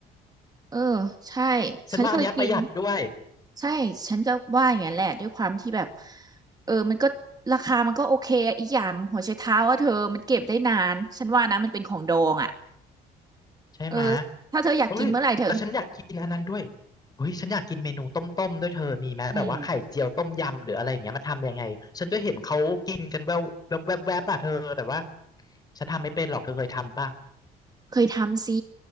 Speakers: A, on the right (about 25°); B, on the left (about 25°).
A: เออใช่
B: ฉันว่าอันเนี้ยประหยัดด้วย
A: ฉันเคยกิน ใช่ ฉันก็ว่าอย่างนั้นแหละ ด้วยความที่แบบเออมันก็ราคามันก็โอเคอะอีกอย่าง หัวไชเท้าว่าเธอมันเก็บได้นาน ฉันว่านะมันเป็นของดองอ่ะ
B: ใช่ไหมะ
A: เออถ้าเธออยากกินเมื่อไหร่เธอ
B: เฮ้ยแต่ฉันอยากกินอันนั้นด้วยเฮ้ยฉันอยากกินเมนูต้มๆด้วยเธอมีไหมแบบว่าไข่เจียวต้มยำหรืออะไรอย่างเงี้ยมันทำยังไงฉันก็เห็นเขากินกันแววแวบๆแวบๆอะเธอแต่ว่า
A: อืม
B: ฉันทำไม่เป็นหรอกเธอเคยทำป่ะ
A: เคยทำสิ